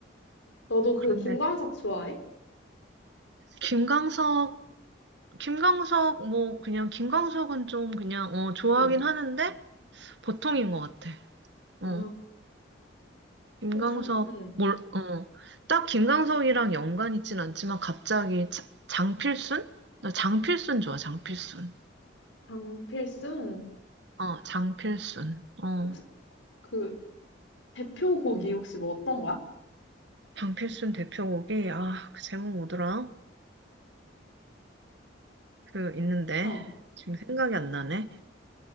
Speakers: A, on the left (about 80°); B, on the right (about 65°).
A: 너도 그
B: 그런데
A: 김광석 좋아해?
B: 김광석 김광석, 뭐, 그냥, 김광석은 좀 그냥, 어, 좋아하긴
A: 어.
B: 하는데, 보통인 것 같아. 어,
A: 아,
B: 김광석,
A: 그럼 참, 응.
B: 뭘, 어, 딱 김광석이랑 연관 있진 않지만, 갑자기 자- 장필순? 나 장필순 좋아, 장필순.
A: 장필순
B: 어, 장필순. 어,
A: 혹시 그 대표곡이 혹시 뭐 어떤 거야?
B: 장필순 대표곡이, 아, 그 제목 뭐더라? 그, 있는데,
A: 어.
B: 지금 생각이 안 나네.